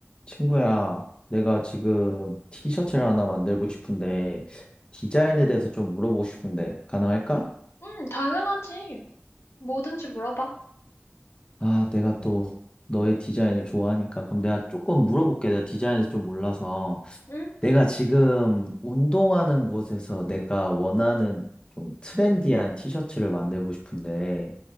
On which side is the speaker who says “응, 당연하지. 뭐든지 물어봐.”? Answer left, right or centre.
Left